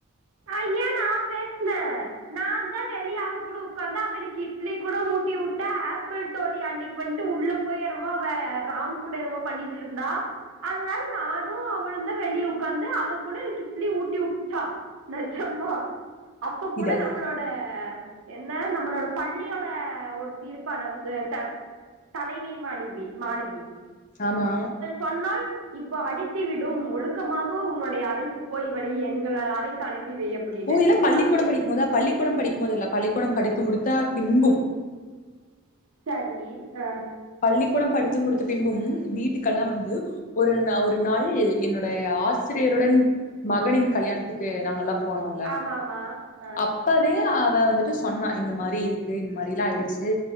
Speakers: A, on the right; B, on the left.
A: ஐயா நா பேஸ்னே நாந்தா வெளிய அவ கூட உக்காந்த அவனுக்கு இட்லி கூட ஊட்டி விட்டா ஆப்பிள் தோழி அன்னைக் வந்ட்டு உள்ள போய் என்னமோ அவ ராம் கூட என்னமோ பண்ணிட்டு இருந்தா அதனால நானு அவளு தா வெளிய உக்காந்து கூட எனக்கு க இட்லி ஊட்டி விட்டா நஜம்மா அப்ப கூட
B: இதெல்லாமே
A: நம்மளோ ட என்ன நம்மளோட பள்ளியோட ஒருத்தி இருப்பா ச ட தலைமை மாணிவி மாணவி
B: ஆமா
A: சொன்னால் இப்போ அடித்துவிடும் ஒழுக்கமாக உன்னுடைய அறைக்கு போய் எங்கள் அறைக்கு க்கு அனுப்பி வை அப்படின்னு
B: உங்க இதுல பள்ளிக்கூடம்
A: அப்
B: படிக்கும் போதா பள்ளிக்கூடோ படிக்கும் போதல்ல பள்ளிக்கூடம் படித்து முடித்த பின்பும்
A: சரி அ
B: பள்ளிக்கூடம் படித்து முடித்த பின்பும் வீட்டுக்கல்லா வந்து ஒரு ஒரு நாள் என்னோடைய ஆசிரியருடன் மகனின் கல்யாணத்துக்கு நாங்க எல்லா போனோம்ல
A: ஆமா ஆமா ஆ
B: அப் அப்பவே அவ வந்துட்டு சொன்னா இந்த மாரி இருக்கு இந்த மாரில்லா ஆயிடுச்சு